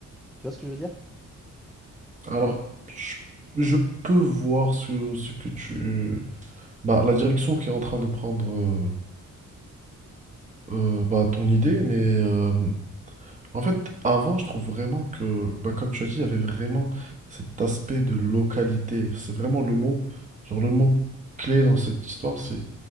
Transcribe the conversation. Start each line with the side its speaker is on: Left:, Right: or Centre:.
Centre: Tu vois ce que je veux dire?
Right: Alors, je, je peux voir ce, ce que tu... Bah, la direction qui est en train de prendre euh, euh, bah, ton idée, mais euh, en fait, avant, je trouve vraiment que, bah, comme tu as dit, il y avait vraiment cet aspect de localité. C'est vraiment le mot, genre le mot clé dans cette histoire, c'est